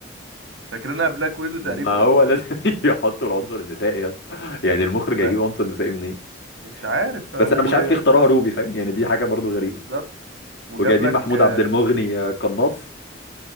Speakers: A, on the right; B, on the left.
A: فاكرينها بلاك ويدو
B: ما
A: تقريبا
B: هو لازم <laughs> يحطوا العنصر النسائي يا اسطى يعني المخرج
A: ما
B: هيجيب عنصر نسائي منين
A: مش عارف
B: بس
A: و...
B: انا مش عارف ليه اختاروها روبي فاهم يعني دي حاجه برضو غريبه
A: بالظبط وجاب
B: وجايبين
A: لك
B: محمود
A: اه
B: عبد المغني آه، قناص